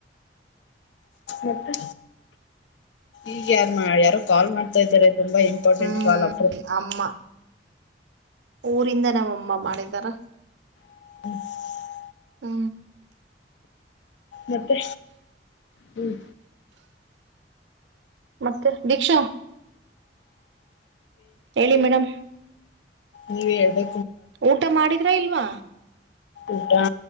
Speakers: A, on the left; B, on the right.
A: ಮತ್ತೆ ಈಗ ಯಾರ ಮಾಡ ಯಾರೋ ಕಾಲ್ ಮಾಡ್ತಾ ಇದಾರೆ ತುಂಬಾ ಇಂಪಾರ್ಟೆಂಟ್
B: ಹ್ಮ್
A: ಕಾಲ್ ಅಪ
B: ಅಮ್ಮ ಊರಿಂದ ನಮ್ಮಮ್ಮ ಮಾಡಿದಾರ
A: ಹ
B: ಹ್ಮ
A: ಮತ್ತೆ ಹ್ಮ್
B: ಮತ್ತೆ ದೀಕ್ಷಾ ಹೇಳಿ ಮೇಡಮ್
A: ನೀವ ಹೇಳಡು
B: ಊಟ ಮಾಡಿದ್ರ ಇಲ್ವಾ
A: ಊಟಾ